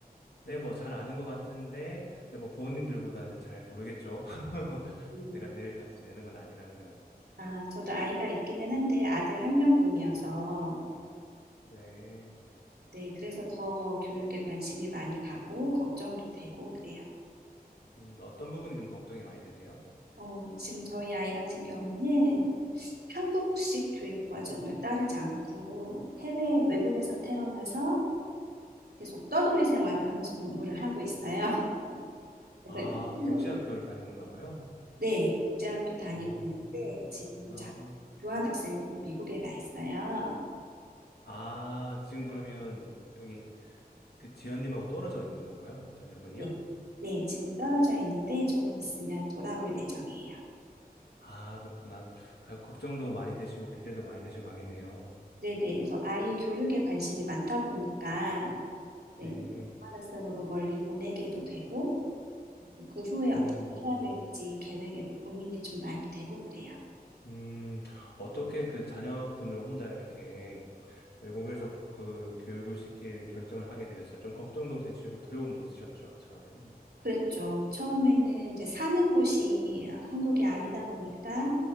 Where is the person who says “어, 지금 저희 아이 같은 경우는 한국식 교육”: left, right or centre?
Right